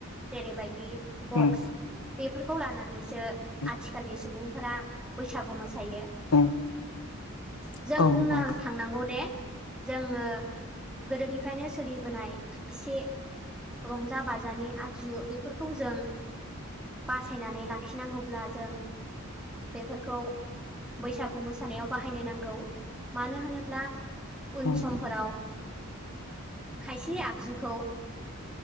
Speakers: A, in the centre; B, on the left.
A: जेरैबायदि बक्स
B: उम
A: बेफोरखौ लानानैसो आथि
B: औ
A: खालनि सुबुंफोरा बैसागु मोसायो।
B: नोंथां औ नंगौ
A: जों
B: नोंथां उम
A: बुंनो
B: उम उम
A: थांनांगौ दे जोङो गोदोनिफ्रायनो सोलिबोनाय खायसे रंजा बाजानि आगजु बेफोरखौ जों बासायनानै लाख खिनांगौब्ला जों बेफोरखौ सागु मोसानायाव बाहायनो नांगौ मानो होनोब्ला उन
B: उम
A: समफोराव खायसे आगजुखौ